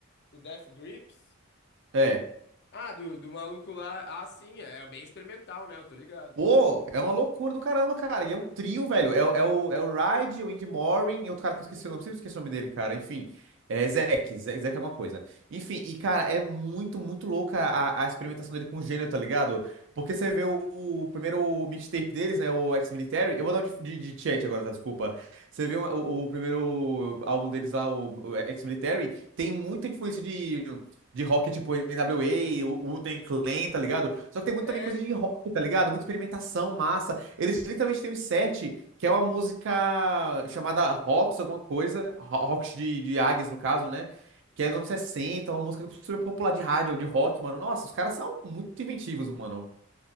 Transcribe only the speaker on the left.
O Death Grips?
Ah, do, do maluco lá. Ah, sim, é bem experimental, né? Eu tô ligado.
É.